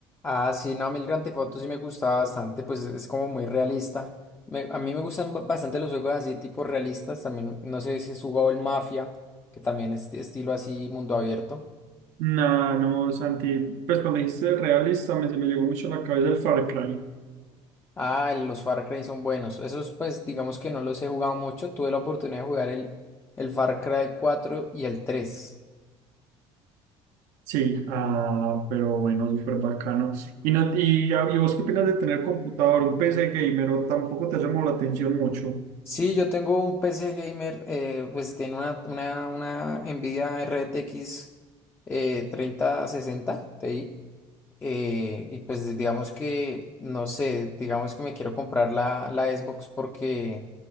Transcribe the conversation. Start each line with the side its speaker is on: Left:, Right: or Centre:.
Left: Ah, sí, no, a mí el Grand Theft Auto sí me gustaba bastante, pues es como muy realista. Me- a mí me gustan ba- bastante los juegos así, tipo realistas. También, no sé si has jugado el Mafia, que también es de estilo así, mundo abierto.
Right: No, no, Santi, pues cuando dijiste realista me, se me llegó mucho a la cabeza el Far Cry.
Left: Ah, el- los Far Cry son buenos. Esos, pues, digamos que no los he jugado mucho. Tuve la oportunidad de jugar el, el Far Cry cuatro y el tres.
Right: Sí, ah, pero bueno, súper bacano. ¿Y, no, y, y vos qué opinas de tener computador, un PC gamer o tampoco te llamó la atención mucho?
Left: Sí, yo tengo un PC gamer, eh, pues tiene una, una, una Nvidia RTX eh, treinta sesenta Ti. Eh, y pues digamos que, no sé, digamos que me quiero comprar la, la Xbox porque,